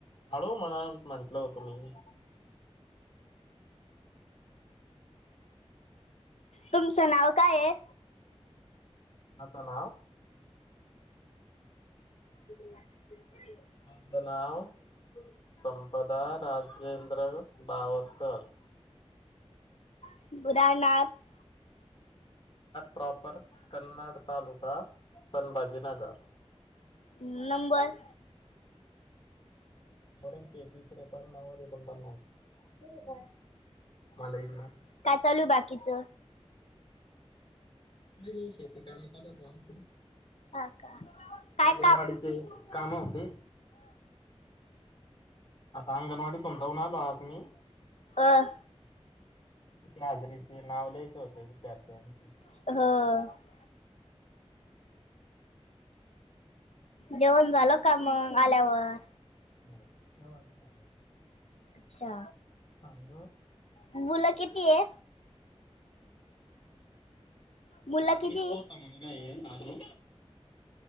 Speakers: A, on the left (about 50°); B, on the left (about 80°).
A: हळू म्हणा म्हंटलं होतं मी
B: तुमचं नाव काय आहे?
A: मका नाव
B: <unintelligible>
A: माझं नाव संपदा राजेंद्र बावसकर
B: <unintelligible>
A: प्रॉपर कन्नड तालुका संभाजीनगर
B: हम् नंबर
A: बरंच तिसरे <unintelligible> एकोण पन्नास मलाईना
B: का चालू बाकीचं
A: त म शेती कर चालते आमची
B: काका काय
A: अंगणवाडीचे
B: काम
A: होते आता अंगणवाडीतून जाऊन आलो आज मी
B: अ <inaudible> अं
A: हजरीचे नाव लियचे होते विद्यार्थ्यांचे
B: हा जेवण झालं का मग आल्यावर
A: हो जेवण पण झालं
B: अच्छा
A: चांगलं
B: मुलं किती आहे मुलं किती?
A: मीच स्वतः मुलगा आहे आजो